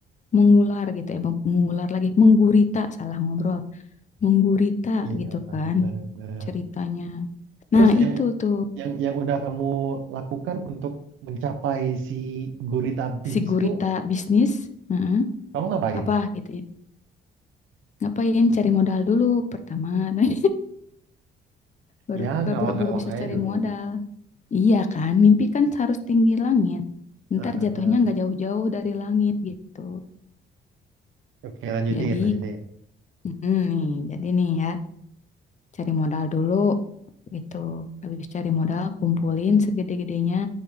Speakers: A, on the left; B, on the right.
A: Mengular gitu ya, mengular lagi, menggurita, salah ngobrol. Menggurita
B: Iya,
A: gitu kan
B: benar.
A: ceritanya.
B: Terus
A: Nah,
B: yang,
A: itu tuh
B: yang yang udah kamu lakukan untuk mencapai si gurita bisnis
A: si gurita
B: itu,
A: bisnis, heeh,
B: kamu ngapain?
A: apa gitu ya. Ngapain cari modal dulu pertama, <laughs> nah, baru,
B: Ya, ngawang-ngawang
A: baru baru bisa
B: aja
A: cari
B: dulu.
A: modal. Iya kan, mimpi kan harus tinggi langit.
B: Heeh.
A: Ntar jatuhnya nggak jauh-jauh dari langit gitu.
B: Oke, lanjutin,
A: Jadi,
B: lanjutin.
A: mm, nih, jadi nih ya. cari modal dulu gitu. Habis cari modal, kumpulin segede-gedenya.